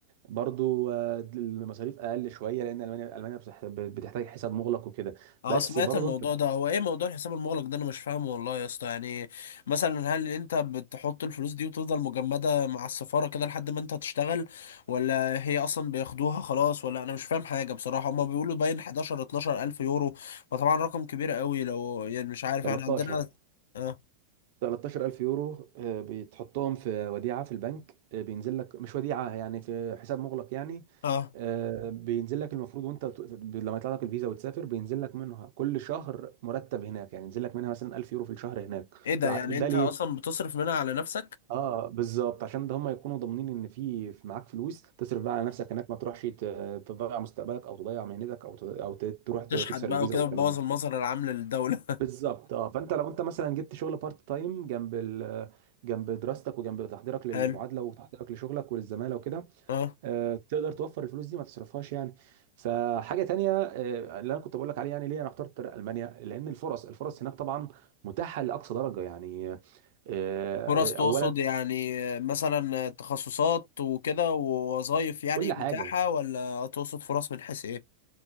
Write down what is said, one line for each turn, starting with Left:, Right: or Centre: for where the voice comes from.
Right: برضو آه، المصاريف اقل شوية لان المانيا المانيا بتح- بتحتاج حساب مغلق وكده
Left: اه
Right: بس
Left: سمعت
Right: برضه
Left: الموضوع
Right: انت
Left: ده هو ايه موضوع الحساب المغلق ده انا مش فاهمه والله يا اسطى يعني مثلا هل انت بتحط الفلوس دي وتفضل مجمدة مع السفارة كده لحد ما انت تشتغل ولا هي اصلا بياخدوها خلاص ولا انا مش فاهم حاجة بصراحة هما بيقولوا باين 11 12 الف يورو فطبعا رقم كبير قوي لو يعني مش عارف
Right: 13
Left: احنا عندنا اه
Right: 13000 يورو آه، بتحطهم في وديعة في البنك آه، بينزل لك مش وديعة يعني في حساب مغلق يعني
Left: اه
Right: آه، بينزل لك المفروض وانت بت- ب- لما يطلع لك الفيزا وتسافر بينزل لك منها كل شهر مرتب هناك يعني ينزل لك منها مثلا 1000 يورو في الشهر هناك
Left: ايه ده
Right: بتاع-
Left: يعني
Right: ده
Left: انت
Right: ليه؟
Left: اصلا بتصرف منها على نفسك
Right: اه بالظبط عشان ده هم يكونوا ضامنين ان في في معاك فلوس تصرف بقى على نفسك هناك ما تروحش ت- تضيع مستقبلك او تضيع مهنتك او ت- او ت- تروح ت-
Left: تشحت
Right: تكسر
Left: بقى
Right: الفيزا
Left: وكده
Right: والكلام
Left: بتبوظ
Right: ده
Left: المظهر العام للدولة
Right: بالظبط اه فانت لو انت مثلا جبت شغل بارت تايم جنب ال... جنب دراستك وجنب تحضيرك للمعادله
Left: <laughs> حلو
Right: وتحضيرك لشغلك وللزماله وكده
Left: اه
Right: آه، تقدر توفر الفلوس دي ما تصرفهاش يعني فحاجه تانية آه، اللي انا كنت بقول لك عليه يعني ليه انا اخترت طريق المانيا لان الفرص الفرص هناك طبعا متاحه لاقصى درجه يعني آه، آه،
Left: فرص تقصد
Right: اولا
Left: يعني آه، مثلا تخصصات وكده ووظائف يعني
Right: كل
Left: متاحة
Right: حاجه
Left: ولا تقصد فرص من حيث ايه؟